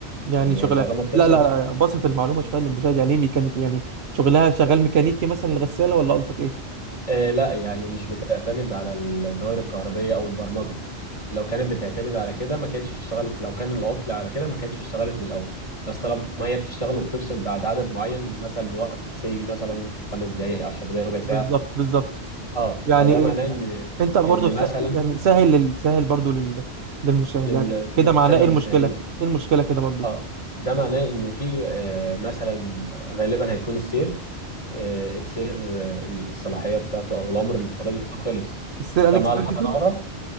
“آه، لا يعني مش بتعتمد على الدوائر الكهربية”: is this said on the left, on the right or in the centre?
Left